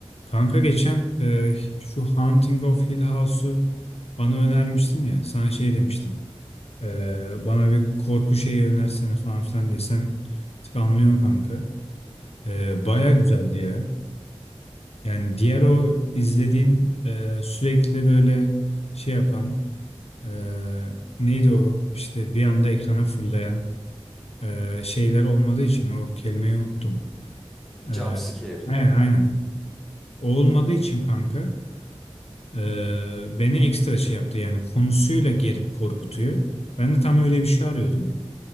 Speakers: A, on the left; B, in the centre.
A: Kanka geçen e, şu Haunting of Hill House'u bana önermiştin ya. Sana şey demiştim. E, bana bir korku şeyi önersene falan filan diye. Sen bir tık anlıyorsun kanka. E, baya
B: Hı hı.
A: güzeldi ya. Yani diğer o izlediğim e, sürekli böyle şey yapan e, neydi o işte bir anda ekrana fırlayan e, şeyler olmadığı için o kelimeyi unuttum.
B: Jump
A: E,
B: scare.
A: he, aynen. O olmadığı için kanka Ee, beni ekstra şey yaptı yani konusuyla gerip korkutuyor. Ben de tam öyle bir şey arıyordum.